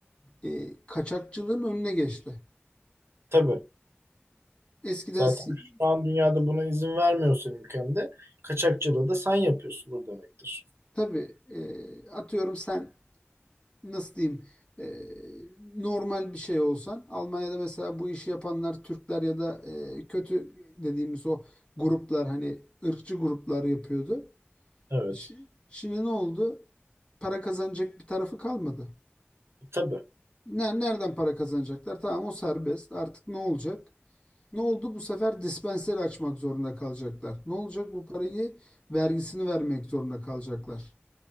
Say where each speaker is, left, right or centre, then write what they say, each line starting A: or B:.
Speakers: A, on the left (about 25°); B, on the right (about 80°).
A: E, kaçakçılığın önüne geçti.
B: Tabii.
A: Eskiden
B: Zaten
A: si-
B: şu an dünyada buna izin vermiyorsan ülkemde kaçakçılığı da sen yapıyorsundur demektir.
A: tabii e, atıyorum sen nasıl diyeyim e, normal bir şey olsan Almanya'da mesela bu işi yapanlar Türkler ya da e, kötü dediğimiz o gruplar hani ırkçı gruplar yapıyordu.
B: Evet.
A: Şi- Şimdi ne oldu? Para kazanacak bir tarafı kalmadı.
B: Tabii.
A: Ner- Nereden para kazanacaklar? Tamam o serbest. Artık ne olacak? Ne oldu? Bu sefer dispenseri açmak zorunda kalacaklar. Ne olacak? Bu parayı vergisini vermek zorunda kalacaklar.